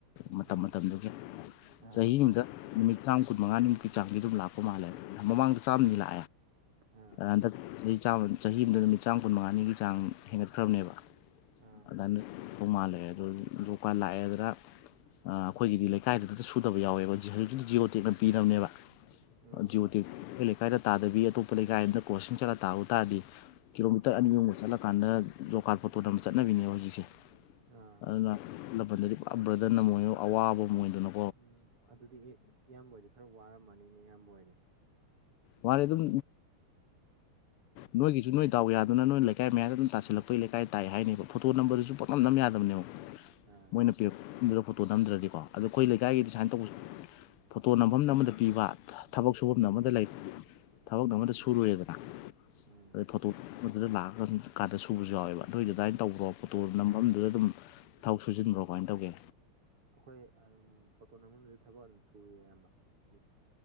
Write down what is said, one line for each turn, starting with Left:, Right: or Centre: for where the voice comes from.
Left: ꯃꯇꯝ
Right: ꯎꯝ
Left: ꯃꯇꯝꯗꯨꯒꯤ
Right: ꯑꯥ
Left: ꯆꯍꯤ ꯑꯃꯗ ꯅꯨꯃꯤꯠ ꯆꯥꯝ ꯀꯨꯟꯃꯉꯥꯅꯤꯃꯨꯛꯀꯤ ꯆꯥꯡꯗꯤ ꯑꯗꯨꯝ ꯂꯥꯛꯄ ꯃꯥꯜꯂꯦꯕ ꯃꯃꯥꯡꯗ ꯆꯥꯝ ꯂꯦ
Right: ꯑꯥ
Left: ꯍꯟꯗꯛ ꯆꯍꯤ ꯆꯍꯤ ꯑꯃꯗ ꯅꯨꯃꯤꯠ ꯆꯥꯝ ꯀꯨꯟꯃꯉꯥꯅꯤꯒꯤ ꯆꯥꯡ ꯍꯦꯟꯒꯠꯈ꯭ꯔꯕꯅꯦꯕ
Right: ꯎꯝ
Left: ꯑꯗꯨ ꯃꯥꯥꯜꯂꯛꯑꯦ ꯑꯗꯨ ꯂꯀꯥꯟ ꯂꯥꯛꯑꯦꯗ꯭ꯔ ꯑꯩꯈꯣꯏꯒꯤꯗꯤ ꯂꯩꯀꯥꯏꯗꯨꯗꯇ ꯁꯨꯗꯕ ꯌꯥꯎꯋꯦꯕ ꯍꯧꯖꯤꯛ ꯍꯧꯤ ꯖꯤꯑꯣ ꯇꯦꯛꯅ ꯄꯤꯔꯔꯕꯅꯦꯕ
Right: ꯎꯝ
Left: ꯖꯤ ꯑꯣ ꯇꯤꯛ ꯑꯩꯈꯣ ꯂꯩꯀꯥꯏꯗ ꯇꯥꯗꯕꯤ ꯑꯇꯣꯞꯄ ꯂꯩꯀꯥꯏ ꯑꯃꯗ ꯀꯣꯆꯁꯤꯡ ꯆꯠꯂ ꯇꯥꯕ ꯇꯥꯗꯤ ꯀꯤꯂꯣꯃꯤꯇꯔ ꯑꯅꯤꯃꯨꯕ ꯆꯠꯂꯀꯥꯟꯗ ꯖꯣꯀꯥꯠ ꯐꯣꯇꯣꯟ ꯑꯃ ꯆꯠꯅꯕꯤꯅꯦꯕ ꯍꯧꯖꯤꯛꯁꯦ
Right: ꯑꯥ
Left: ꯑꯗꯨꯅ ꯂꯝꯕꯟꯗꯗꯤ ꯄꯨ ꯕ꯭ꯔꯗꯅ ꯑꯃꯣꯏ ꯑꯋꯥꯕ ꯑꯃ ꯑꯣꯏꯗꯅ
Right: ꯎꯝ ꯑꯗꯨꯗꯤ ꯑꯦ ꯏꯌꯥꯝꯕ ꯑꯣꯏꯗꯤ ꯈꯔ ꯋꯥꯔꯝꯃꯅꯤꯅꯦ ꯏꯌꯥꯝꯕ ꯑꯣꯏꯗꯤ
Left: ꯃꯥꯔꯦ ꯑꯗꯨꯝ ꯅꯣꯏꯒꯤꯁꯨ ꯅꯣꯏ ꯗꯥꯎ ꯌꯥꯗꯅ ꯅꯣꯏ ꯂꯩꯀꯥꯏ ꯃꯌꯥꯗ ꯑꯗꯨꯝ ꯇꯥꯁꯤꯜꯂꯛꯄꯩ ꯂꯩꯀꯥꯏ ꯇꯥꯏ ꯍꯥꯏꯅꯦꯕ ꯐꯣꯇꯣ ꯅꯝꯕꯔꯗꯨꯁꯨ ꯄꯣꯠ ꯅꯝ
Right: ꯎꯝ
Left: ꯅꯝ ꯌꯥꯗꯕꯅꯦꯕꯛ
Right: ꯑꯥ
Left: ꯃꯣꯏꯅ ꯄꯤꯔꯛꯗ꯭ꯔ ꯐꯣꯇꯣ ꯅꯝꯗ꯭ꯔꯗꯤꯀꯣ ꯑꯗꯣ ꯑꯩꯈꯣꯏ ꯂꯩꯀꯥꯏꯒꯤꯗꯤ
Right: ꯑꯥ
Left: ꯁꯨꯃꯥꯏꯅ ꯇꯧꯕꯁꯨ ꯐꯣꯇꯣ ꯅꯝꯐꯝꯗ ꯑꯃꯗ ꯄꯤꯕ ꯊꯕꯛ
Right: ꯎꯝ
Left: ꯁꯨꯐꯝꯗ ꯑꯃꯗ ꯂꯩ ꯊꯕꯛ ꯑꯃꯗ
Right: ꯎꯝ
Left: ꯁꯨꯔꯦꯗꯅ
Right: ꯎꯝ
Left: ꯑꯗꯩ ꯐꯣꯇꯣ ꯑꯗꯨꯗ ꯂꯥꯛꯑꯀ ꯀꯥꯟꯗ ꯁꯨꯕꯁꯨ ꯌꯥꯎꯋꯦꯕ ꯑꯗꯨꯏꯗꯨ ꯑꯗꯨꯗꯥꯥꯏꯅ ꯇꯧꯕ꯭ꯔꯣ ꯄꯣꯇꯣ ꯅꯥꯝꯗꯨꯗ ꯑꯗꯨꯝ ꯊꯥꯎ ꯁꯨꯖꯤꯟꯕ꯭ꯔꯣ ꯀꯃꯥꯏꯅ ꯇꯧꯒꯦ
Right: ꯑꯩꯈꯣꯏ ꯑꯗꯨꯝ ꯐꯣꯇꯣ ꯅꯝꯝꯕꯝꯕꯗꯨꯗ ꯊꯕꯛ ꯑꯗꯨꯝ ꯁꯨꯔꯤ ꯑꯌꯥꯝꯕ ꯍꯥꯏꯗꯤ